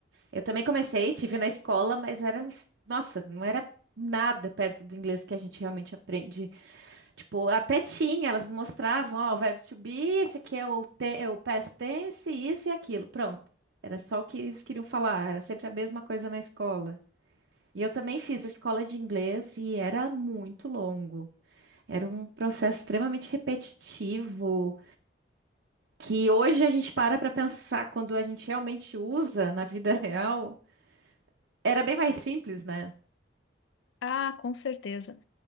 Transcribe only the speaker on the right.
eu também comecei, tive na escola, mas era, nossa, não era nada perto do inglês que a gente realmente aprende Tipo, até tinha, elas mostravam, ó, o verbo to be, esse aqui é o, te- é o past tense, isso e aquilo. Pronto. Era só o que eles queriam falar, era sempre a mesma coisa na escola. E eu também fiz escola de inglês e era muito longo. Era um processo extremamente repetitivo, que hoje a gente para para pensar quando a gente realmente usa na vida real. Era bem mais simples, né?